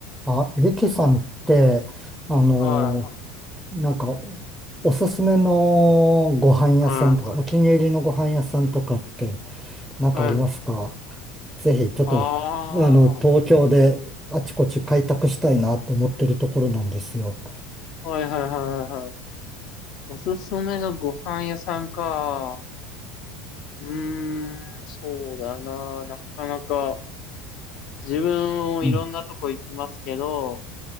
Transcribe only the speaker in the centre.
あ、リキさんって、あの
ーなんか、おすすめのご飯屋さんとか、
お気に入りのご飯屋さんとかって、なんかありますか
ぜひ、ちょっと、
あの、東京であちこち開拓したいなって思ってるところなんですよ。
うん。